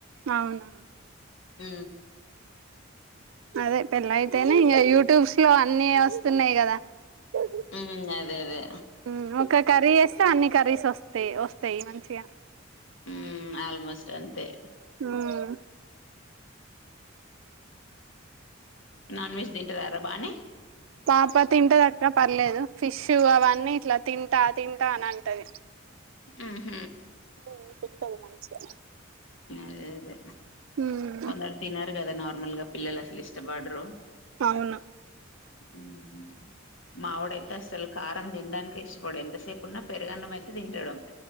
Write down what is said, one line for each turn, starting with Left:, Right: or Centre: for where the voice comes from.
Right: అవునా
Left: ఉ
Right: అదే పెళ్లయితేనే ఇంకా యూట్యూబ్స్ లో అన్ని వస్తున్నాయి కదా దా
Left: ఉమ్ అదే అదే
Right: ఉమ్ ఒక కర్రీ చేస్తే అన్ని కర్రీస్ అస్తాయి వస్తాయి మంచిగా
Left: ఉమ్ ఆల్మోస్ట్ అంతే
Right: ఉమ్
Left: నాన్ వెజ్ తింటారారా బానే
Right: పాప తింటేదక్క పర్లేదు ఫిష్ అవన్నీ ఇట్లా తింటా తింటా అని అంటది
Left: ఆహ
Right: ఉమ్ తింటది మంచిగా
Left: అదే అదే
Right: ఉమ్
Left: కొందరు తినరు కదా నార్మల్ గా పిల్లలు అసలు ఇష్టపడరు
Right: అవును
Left: ఉమ్ మావోడైతే అసలు కారం తినడానికి ఇష్టపడు ఎంతసేపున్నా పెరుగన్నం అయితే తింటాడు